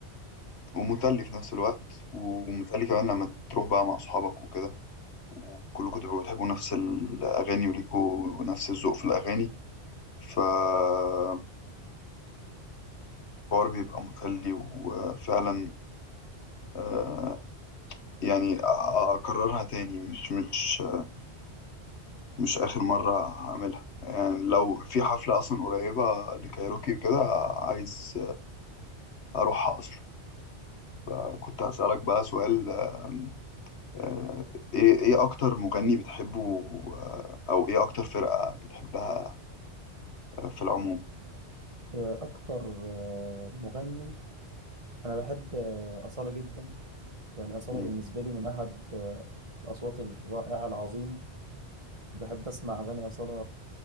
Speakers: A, on the left; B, on the right.
A: ومسلي في نفس الوقت ومسلي كمان لما تروح بقى مع أصحابك وكده وكلكم تبقوا بتحبوا نفس الأغاني وليكوا نفس الذوق في الأغاني فالحوار بيبقى مسلي وفعلا آه، يعني أ- أ- أكررها تاني مش مش مش آخر مرة هعملها يعني لو في حفلة أصلا قريبة لكايروكي وكده عايز أروحها أصلا فكنت هسألك بقى سؤال آم، آه، إيه إيه أكتر مغني بتحبه آه، أو إيه أكتر فرقة بتحبها آه، في العموم؟
B: آه، اكتر آه، مغني انا بحب آه، اصاله جدا يعني اصاله
A: مم.
B: بالنسبه لي من احد آه، الاصوات الرائعه العظيمه بحب اسمع اغاني اصاله